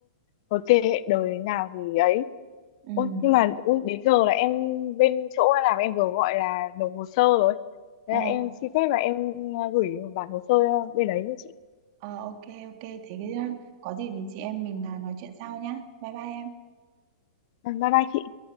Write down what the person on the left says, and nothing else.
thôi kệ đời nào thì ấy
Ôi, nhưng mà ui, đến giờ là em bên chỗ em làm em vừa gọi là nộp hồ sơ rồi. Thế
là em xin phép là em ờ, gửi bản hồ sơ bên đấy cho chị.
À, Bye bye chị.